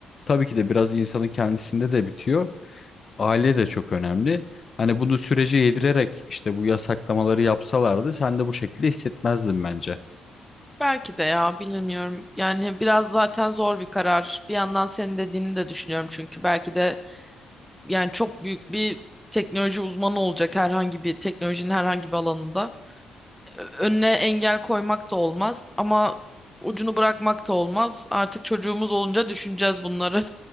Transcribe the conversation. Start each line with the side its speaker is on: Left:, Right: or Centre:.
Left: tabii ki de biraz insanın kendisinde de bitiyor. Aile de çok önemli. Hani bunu sürece yedirerek işte bu yasaklamaları yapsalardı sen de bu şekilde hissetmezdin bence.
Centre: Belki de ya bilmiyorum. Yani biraz zaten zor bir karar. Bir yandan senin dediğini de düşünüyorum çünkü belki de yani çok büyük bir teknoloji uzmanı olacak herhangi bir teknolojinin herhangi bir alanında. Önüne engel koymak da olmaz ama ucunu bırakmak da olmaz. Artık çocuğumuz olunca düşüneceğiz bunları.